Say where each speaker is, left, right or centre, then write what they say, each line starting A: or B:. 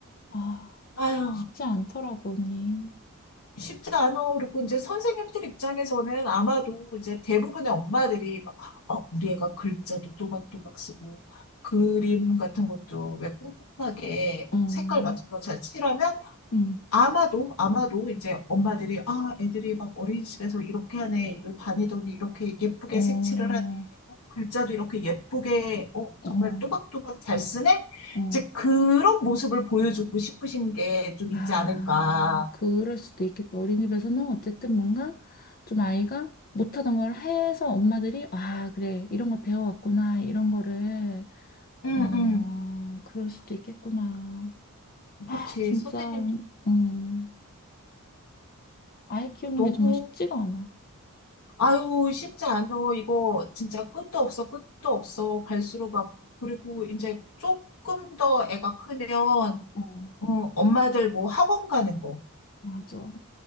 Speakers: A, on the left; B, on the left.
A: 아,
B: 아휴,
A: 쉽지 않더라고, 언니.
B: 쉽지 않아. 그리고 이제 선생님들 입장에서는 아마도 이제 대부분의 엄마들이 막, 어, 우리 애가 글자도 또박또박 쓰고, 그림 같은 것도 왜 꼼꼼하게
A: 어
B: 어, 색깔 맞춰서 잘 칠하면
A: 음,
B: 아마도, 아마도 이제 엄마들이, 아, 애들이 막 어린이집에서 이렇게 하네, 이렇게 다니더니 이렇게 예쁘게
A: 어, 어,
B: 색칠을 하네, 어, 글자도 이렇게 예쁘게, 어,
A: 어.
B: 정말 또박또박 잘 쓰네?
A: 어.
B: 이제 그런 모습을 보여주고 싶으신 게 좀
A: 아,
B: 있지 않을까.
A: 그럴 수도 있겠다. 어린이집에서는 어쨌든 뭔가 좀 아이가 못하던 걸 해서 엄마들이, 아, 그래, 이런 거 배워왔구나, 이런 거를,
B: 응,
A: 어,
B: 응.
A: 그럴 수도 있겠구나. 아,
B: 그치.
A: 진짜,
B: 선생님도
A: 음, 아이 키우는
B: 너무,
A: 게 정말 쉽지가 않아.
B: 아유, 쉽지 않아. 이거 진짜 끝도 없어, 끝도 없어. 갈수록 막, 그리고 이제 조금 더 애가 크면,
A: 어,
B: 음, 엄마들 뭐 학원 가는 거.
A: 맞아.